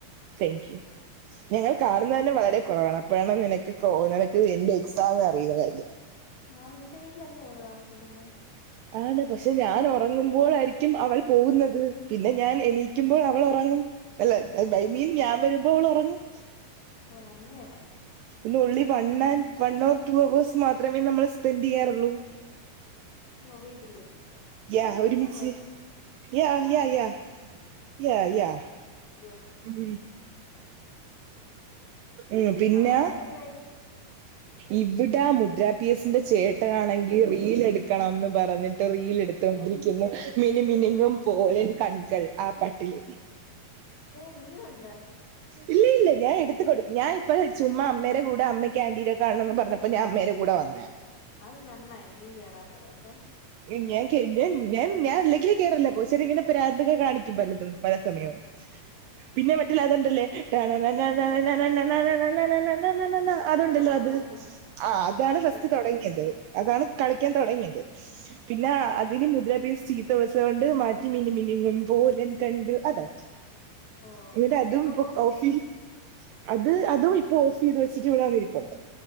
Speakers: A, on the right; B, on the left.
A: താങ്ക്യൂ ഞങ്ങൾ കാണുന്നത്
B: വെൽക്കം
A: തന്നേ വളരേ കുറവാണ്. അപ്പഴേണം നിനക്ക് നിനക്ക് എന്റെ എക്സാാം അറിയുന്ന കാര്യം
B: ആഹ് നിന്റെ വീട്ടിലല്ലേ അവള് താമസിക്കുന്നത്
A: ആണ് പക്ഷെ ഞാനുറങ്ങുമ്പോളായിരിക്കും അവൾ പോകുന്നത് പിന്നെ ഞാൻ എണീക്കുമ്പോൾ അവളുറങ്ങും. അല്ല ഐ മീൻ ഞാൻ വരുമ്പോ അവളുറങ്ങും.
B: ഓഹ് അങ്ങനെ
A: ഇല്ല ഉള്ളി one and one or two hours മാത്രമേ നമ്മൾ സ്പെൻഡെയ്യാറൊള്ളൂ.
B: ഓഹ് വീട്ടില്
A: യാ
B: വൺ ഓർ
A: ഒരുമിച്ച്
B: ടു hours
A: yeah
B: wow
A: yeah yeah yeah yeah
B: good
A: ഉം ഉം പിന്നെ
B: അവിടെ എന്തൊരു പരിപാടി
A: ഇവടെ മുദ്രാപിയസിന്റെ ചേട്ടനാണെങ്കി റീൽ എടുക്കണംന്ന് പറഞ്ഞിട്ട് റീലെട് തോണ്ടിരിക്കുന്നെ മിനു മിനുങ്ങും പോലൻ കൺകൾ ആ പാട്ടില്
B: ക്ഷേ നീ യുണ്ട
A: ഇല്ല ഇല്ല ഞാൻ എട്ത്ത് കൊടുക്കും ഞാൻ ഇപ്പഴ് ചുമ്മാ അമ്മരെ കൂടെ അമ്മക്ക് ആന്റിനെ കാണാണെന്ന് പർഞ്ഞ ഇപ്പൊ ഞാൻ അമ്മേരെ കൂടെ വന്നേ
B: അത് നന്നായി നീ കേറാത്തത് കേട്ടോ
A: ഏ ഞാൻ കേ ഞൻ ഞൻ ഞാൻ അല്ലെങ്കിലേ കേറല്ല <unintelligible> ഇങ്ങനെ പ്രാന്തൊക്കെ കാണിക്കും പലതും പല സമയും പിന്നെ മറ്റേ ലത്ണ്ടല്ലേ ട്ടണണണണണ അതുണ്ടല്ലോ
B: ആഹ്
A: അത്
B: ആഹ് ആഹ്
A: ആ അതാണ്
B: മനസ്സിലായി
A: ഫസ്റ്റ് തൊടങ്ങ്യത്. അതാണ് കളിക്കാൻ തൊടങ്ങ്യത്. പിന്നെ അതിന് മുദ്രപീസ് ചീത്ത വിളിച്ചത് കൊണ്ട് മാറ്റി മിനിമിനുങ്ങും പോലൻ കൺങ്കൾ അതാക്കി.
B: ഓ
A: ഇങ്ങട്ട അതും
B: എപ്പൊ
A: പു
B: പോസ്റ്റ്
A: ഓഫി
B: ചെയ്യും
A: അത് അതും ഇപ്പോ ഓഫെയ്ത് വെച്ചിട്ട് ഇവടെ വന്നിരിപ്പുണ്ട്